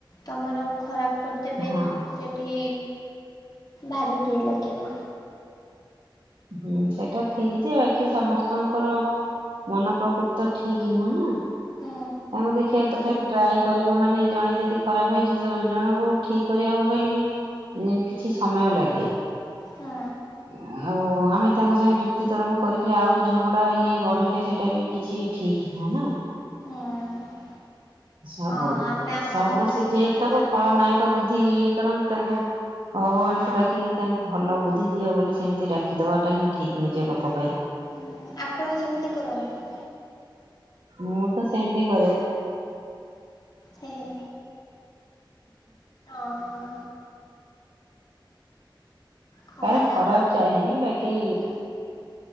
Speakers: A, on the left; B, on the right.
A: ତୋମର ଖରାପ କରିଦେବେ
B: ହଁ
A: ସେଠି ଭାରି ଗେ ଲାଗିବ।
B: ହୁଁ ସେଟା ଠିକ ଯେ ବାକି ସମସ୍ତଙ୍କର ମନ ପ୍ରକୃତି ତ ଠିକ ନୁହଁ ନା,
A: ହୁଁ
B: ତାଙ୍କୁ ଦେଖିବା ତଥାପି ଟ୍ରାଏ କରିବ ମାନେ ଜଣେ ଯେଦି ଖରାପ ହେଇଚି, ଜ- ଜଣଙ୍କୁ ଠିକ କରିବା ପାଇଁ ବି ଇଁ- କିଛି ସମୟ ଲାଗେ।
A: ହୁଁ
B: ଆ, ଆଉ ଆମେ ତାଙ୍କ ସାଙ୍ଗେ ଯୁକ୍ତି ତର୍କ କରିକି ଆହୁରି ଝଗଡା ଇଏ ବଢେଇଲେ ସେଟା ବି କିଛି ଠିକ ନୁହଁ ନା।
A: ହୁଁ ହଁ
B: ସବୁ
A: ଆମେ ଆମ
B: ସବୁ
A: ବାଟରେ
B: ସେ ଯେତକ
A: ରହିବା
B: ଖଳନାୟକ ବୁଦ୍ଧି ଇଏ କାରଣ ତାଙ୍କୁ ଭଗବାନଙ୍କୁ ଡାକିକିରି ତାଙ୍କୁ ଭଲ ବୁଦ୍ଧି ଦିଅ ବୋଲି ସେମ ତି ଡାକି ଦବାଟା ହିଁ ଠିକ ନିଜ ଲୋକ ପାଇଁ।
A: ହୁଁ ଆପଣ ସେମତି କରନ୍ତି?
B: ମୁଁ ତ ସେମତି କରେ।
A: ହେ, ହେ, ହେ। ହଁ, ହଁ। ଖଳା
B: କାର ଖରାପ
A: ନାଇଁ
B: ଚାହିଁନି ବାକି
A: ହୁଁ